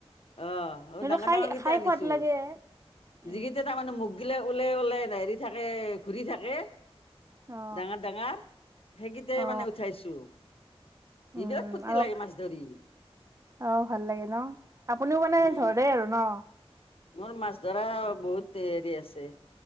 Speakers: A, on the left; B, on the right.
A: অ', অ',
B: সেইটো
A: ডাঙৰ
B: খাই
A: ডাঙৰ কেইটা
B: খাই
A: আনিছোঁ
B: সোৱাদ লাগে উম
A: যিকেইটা তাৰ মানে মুখ গিলে ওলোই ওলাই হেৰি থাকে ঘূৰি থাকে
B: অ
A: ডাঙৰ - ডাঙৰ, সেইকিটাই
B: অ
A: মানে উঠাইছো।
B: উম
A: বিৰাট ফূৰ্তি
B: আৰু
A: লাগে মাছ ধৰি।
B: অ', ভাল লাগে ন' আপুনিও মানে
A: উম
B: ধৰে আৰু ন'?
A: মোৰ মাছ ধৰা বহুত হেৰি আছে